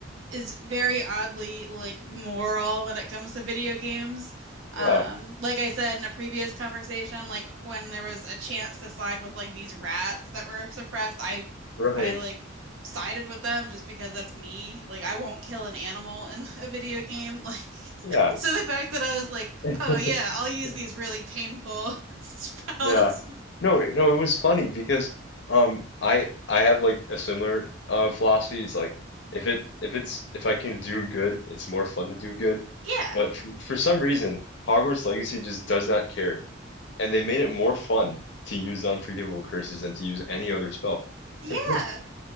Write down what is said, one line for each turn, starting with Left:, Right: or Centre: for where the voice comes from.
Right: is very oddly like moral when it comes to video games. Um,
Left: yeah,
Right: like I said in a previous conversation, like when there was a chance to side with like these rats that were suppressed, I
Left: right.
Right: I like sided with them just because that's me. Like I won't kill an animal in <laughs> a video game. <laughs> Like
Left: Yeah.
Right: so the fact that I was like,
Left: <laughs>
Right: "Oh yeah, I'll use these really painful <laughs> spells."
Left: Yeah. No, it- no, it was funny because um I I have like a similar uh philosophy. It's like if it if it's if I can do good, it's more fun to do good.
Right: Yeah.
Left: But for, for some reason, Hogwarts Legacy just does not care. And they made it more fun to use unforgivable curses than to use any other spell.
Right: Yeah.
Left: <laughs>